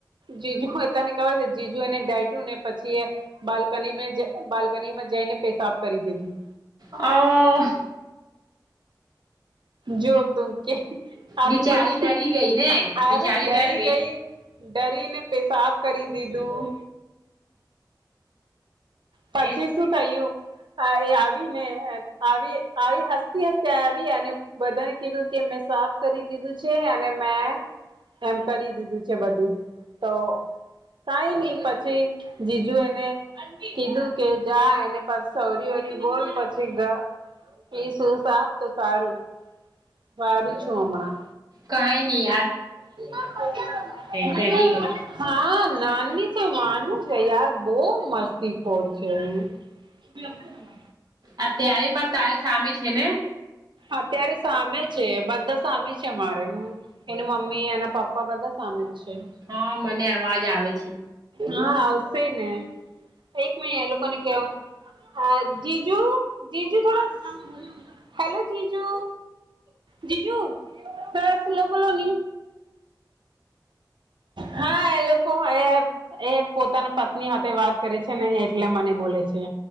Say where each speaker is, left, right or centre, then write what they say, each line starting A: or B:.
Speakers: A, on the right (about 85°); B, on the right (about 60°).
A: જીજુ એ તને ખબર છે, જીજુ એને ડાયટું, ને પછી એ બાલ્કનીમે જ બાલ્કનીમાં જઈને પેશાબ કરી દીધું.
B: અ
A: જો તું કે અ
B: બિચારી
A: પછી
B: ડરી ગઈ ને
A: અરે
B: બિચારી
A: ડરી
B: ડર
A: ગઈ ડરી ને પેશાબ કરી દીધું પચીસ
B: એ
A: નું થયયું હા એ આવી ને આવી આવી હસતી હસતી આવી અને બધાને કીધું કે મેં સાફ કરી દીધું છે અને મેં એમ કરી દીધું છે બધું તો કઈ નહી પછી જીજુ એને કીધું કે જા એને પાછ સરી ઓરી બોલ પછી પઈ શું સાપ તો સારું વાર ચોમણા
B: કઈ નહી
A: મ
B: ડરી ગઈ
A: હા નાની તો માનું છે યાર બહ મસ્તીખોર છે શ
B: અત્યારે પણ તારે સામે છે ને
A: અત્યારે સામે છે બધા સામે છે મામારે એની મમ્મી એના પપ્પા બધા સામે જ છે
B: હા મને અવાજ આવે છે
A: હા આવશે ને એક મિ એ લોકોને કેવ હા જીજુ જીજુ થોડા હેલો જીજુ જીજુ તસલો બલોની હા એ લોકો એ પોતાના પત્ની સાથે વાત કરે છે ને એટલે મને બોલે છે